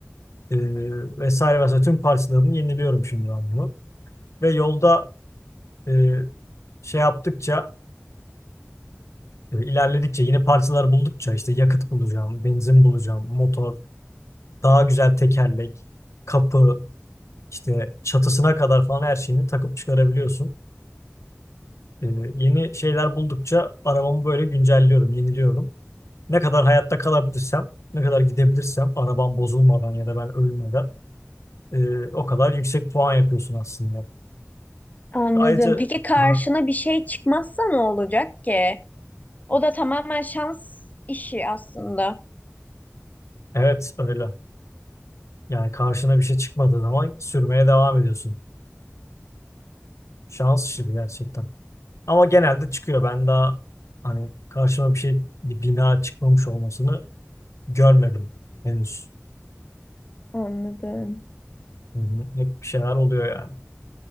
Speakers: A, on the left; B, on the left.
A: Ee, vesaire vesaire tüm parçalarını yeniliyorum şimdi ben bunu. Ve yolda e, şey yaptıkça e, ilerledikçe yeni parçalar buldukça işte yakıt bulacağım, benzin bulacağım, motor, daha güzel tekerlek, kapı, işte çatısına kadar falan her şeyini takıp çıkarabiliyorsun. Ee, yeni şeyler buldukça arabamı böyle güncelliyorum, yeniliyorum. Ne kadar hayatta kalabilirsem, ne kadar gidebilirsem arabam bozulmadan ya da ben ölmeden e, o kadar yüksek puan yapıyorsun aslında.
B: anladım.
A: Ayrıca
B: Peki karşına
A: ha,
B: bir şey çıkmazsa ne olacak ki? O da tamamen şans işi aslında.
A: evet öyle. Yani karşına bir şey çıkmadığı zaman sürmeye devam ediyorsun. Şans işi bu gerçekten. Ama genelde çıkıyor. Ben daha hani karşıma bir şey, bir bina çıkmamış olmasını görmedim henüz.
B: Anladım.
A: Hı hı. Hep bir şeyler oluyor yani.